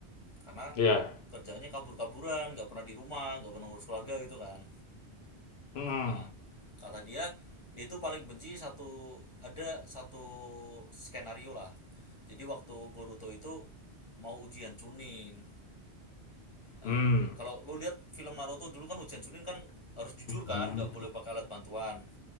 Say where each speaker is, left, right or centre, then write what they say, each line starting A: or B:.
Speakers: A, on the left; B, on the left.
A: karena
B: ya
A: kerjaannya kabur-kaburan nggak pernah di rumah nggak pernah ngurus keluarga gitu kan
B: hmm
A: Nah, kata dia, dia itu paling benci satu ada satu skenario lah. Jadi waktu Boruto itu mau ujian Chunin. Nah,
B: hmm
A: kalau lo lihat film Naruto dulu kan ujian Chunin kan harus jujur kan,
B: Mhm.
A: nggak boleh pakai alat bantuan.